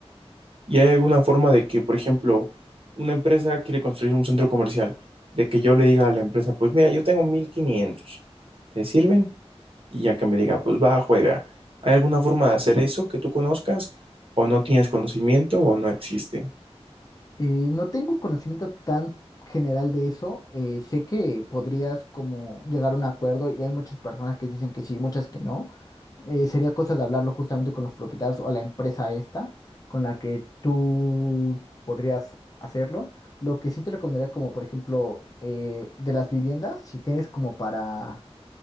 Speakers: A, on the right; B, on the left.
A: ¿Y hay alguna forma de que, por ejemplo, una empresa quiere construir un centro comercial, de que yo le diga a la empresa, pues mira, yo tengo 1500, ¿te sirven? Y ya que me diga, pues va, juega. ¿Hay alguna forma de hacer eso que tú conozcas o no tienes conocimiento o no existe?
B: Eh, no tengo conocimiento tan general de eso. eh, sé que podrías como llegar a un acuerdo y hay muchas personas que dicen que sí, muchas que no. Eh, sería cosa de hablarlo justamente con los propietarios o la empresa esta con la que tú podrías hacerlo. Lo que sí te recomendaría como por ejemplo eh, de las viviendas, si tienes como para